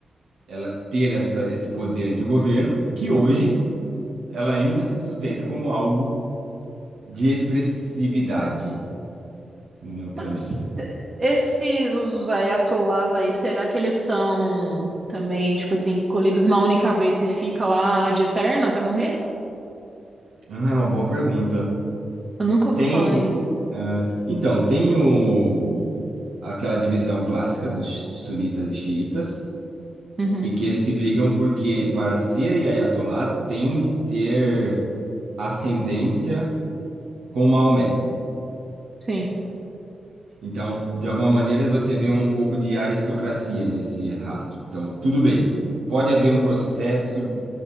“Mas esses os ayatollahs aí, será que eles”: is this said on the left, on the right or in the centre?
Right